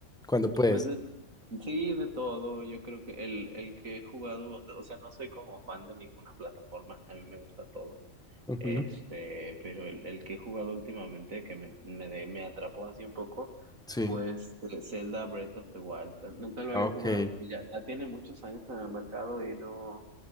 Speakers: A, in the centre; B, on the right.
A: cuando puedes?
B: Pues de, sí, de todo, yo creo que el, el que he jugado, o sea, no soy como fan de ninguna plataforma, a mí me gusta todo.
A: Ujú.
B: Este, pero el, el que he jugado últimamente que me, me, de- me atrapó así un poco
A: Sí.
B: fue este Zelda Breath of the Wild. Nunca lo
A: Ok,
B: había jugado y ya, ya tiene muchos años en el mercado y no.